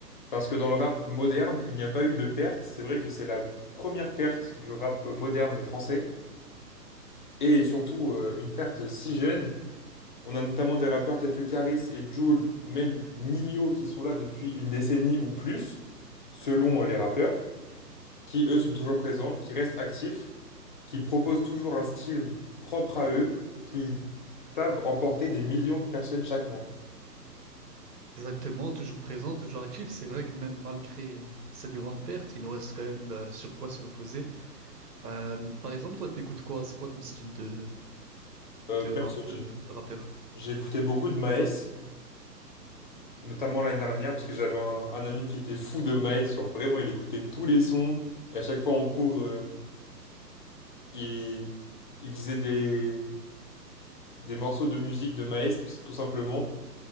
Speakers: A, on the left (about 30°); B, on the right (about 70°).
A: Parce que dans le rap moderne, il n'y a pas eu de perte. C'est vrai que c'est la première perte du rap moderne français. Et surtout, euh, une perte si jeune. On a notamment des rappeurs tels que Karis et Jul, ou même Nino, qui sont là depuis une décennie ou plus, selon euh, les rappeurs, qui eux sont toujours présents, qui restent actifs, qui proposent toujours un style propre à eux, qui savent emporter des millions de personnes chaque mois.
B: Exactement, toujours présent, toujours actif. C'est vrai que même malgré euh, cette grande perte, il nous reste quand même euh, sur quoi se reposer. Euh, par exemple, toi, t'écoutes quoi? C'est quoi ton style de,
A: Euh,
B: de
A: perso,
B: rap, euh, de rappeur?
A: J'ai écouté beaucoup de Maes, notamment l'année dernière, parce que j'avais un, un ami qui était fou de Maes. Genre vraiment, il écoutait tous les sons. Et à chaque fois en cours, euh, il, il disait des, des morceaux de musique de Maes, tout tout simplement,